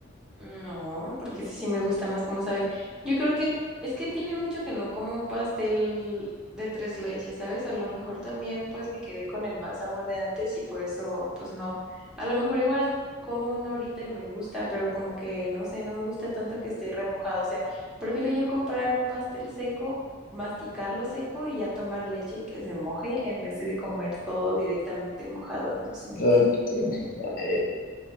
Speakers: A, in the centre; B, on the left (about 50°).
A: no, porque ese sí me gusta más cómo sabe. Yo creo que es que tiene mucho que no como un pastel de tres leches, ¿sabes? A lo mejor también pues me quedé con el mal sabor de antes y por eso pues no. A lo mejor igual como uno ahorita y me gusta, pero como que no sé, no me gusta tanto que esté remojado. O sea, prefiero yo comprar un pastel seco, masticarlo seco y ya tomar leche y que se moje en vez de comer todo directamente mojado. No sé si me entiendes.
B: Ay, ¿qué tiene? Ay,